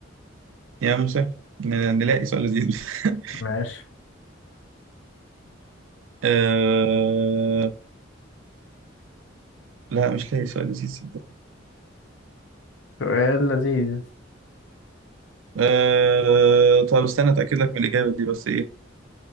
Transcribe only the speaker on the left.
ماشي
سؤال لذيذ